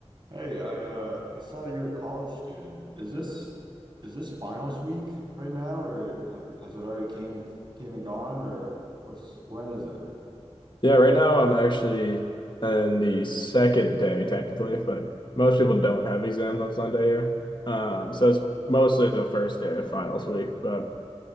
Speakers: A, on the right (about 40°); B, on the left (about 45°).
A: Hey, I uh I saw that you're a college student. Is this is this finals week right now, or have, has it already came came and gone, or what's when is it? <laughs>
B: Yeah, right now I'm actually in the second day technically, but most people don't have exams on Sunday here. Um, so it's mostly the first day of finals week, but